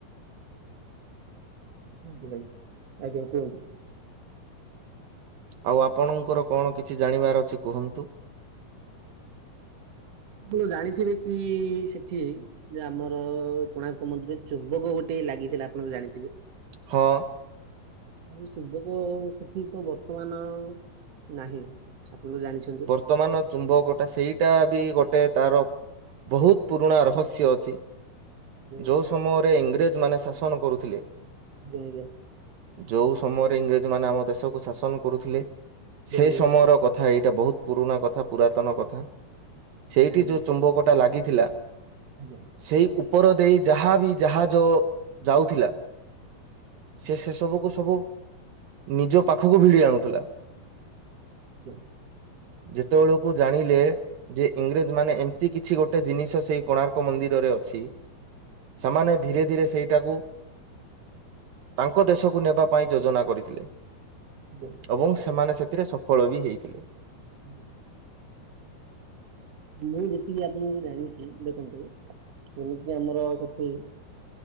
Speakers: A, on the right; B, on the right.
A: <unintelligible> ଭାଇ ଆଜ୍ଞା କୁହନ୍ତୁ।
B: ଆଉ ଆପଣଙ୍କର କଣ କିଛି ଜାଣିବାର ଅଛି କୁହନ୍ତୁ?
A: ଆପଣ ଜାଣିଥିବେ କି ସେଠି ଯେ ଆମର କୋଣାର୍କ ମନ୍ଦିରରେ ଚୁମ୍ବକ ଗୋଟେ ଲାଗିଥିଲା ଆପଣ ତ ଜାଣିଥିବେ?
B: ହଁ।
A: ଆ ଚୁମ୍ବକ ସେଠି ତ ବର୍ତ୍ତମାନ ନାହିଁ ଆପଣ ଜାଣିଚନ୍ତି?
B: ବର୍ତ୍ତମାନ ଚୁମ୍ବକଟା ସେଇଟା ବି ଗୋଟେ ତାର ବହୁତ ପୁରୁଣା ରହସ୍ୟ ଅଛି।
A: ଆଜ୍ଞା
B: ଯେଉଁ ସମୟରେ ଇଂରେଜମାନେ ଶାସନ କରୁଥିଲେ।
A: ଆଜ୍ଞା।
B: ଯୋଉଁ ସମୟରେ ଇଂରେଜ ମାନ ଆମ ଦେଶକୁ ଶାସନ କରୁଥିଲେ ସେ
A: ଆଜ୍ଞା।
B: ସମୟର କଥା କଥା ଏଇଟା ବହୁତ ପୁରୁଣା କଥା ପୁରାତନ କଥା ସେଇଠି
A: ଆଜ୍ଞା ଆଜ୍ଞା ଆଜ୍ଞା ଆଜ୍ଞା ଆଜ୍ଞା
B: ଯୋଉଁ ଚୁମ୍ବକଟା ଲାଗିଥିଲା
A: ଆଜ୍ଞା।
B: ସେଇ ଉପର ଦେଇ ଯାହା ବି ଜାହାଜ ଯାଉଥିଲା ସେ
A: ଆଜ୍ଞା
B: ସେ ସବୁକୁ ସବୁ ନିଜ ପାଖକୁ ଭିଡି ଆଣୁଥିଲା।
A: ଆଜ୍ଞା।
B: ଯେତେବେଳକୁ ଜାଣିଲେ ଯେ ଇଂରେଜ ମାନେ ଏମିତି କିଛି ଗୋଟେ ଜିନିଷ ସେଇ କୋଣାର୍କ ମନ୍ଦିରରେ ଅଛି। ସେମାନେ ଧୀରେ
A: ଆଜ୍ଞା।
B: ଧୀରେ ସେଇଟାକୁ ତାଙ୍କ ଦେଶକୁ ନେବା ପାଇଁ ଯୋଜନା କରିଥିଲେ।
A: <unintelligible>
B: ଏବଂ ସେମାନେ ସେଥିରେ ସଫଳ ବି ହେଇଥିଲେ।
A: ଆଜ୍ଞା। ମୁଁ ଯେତିକି ଆପଣଙ୍କୁ ଜାଣିଛି ଦେଖନ୍ତୁ ଯେମିତିି ଆମର ସେଠି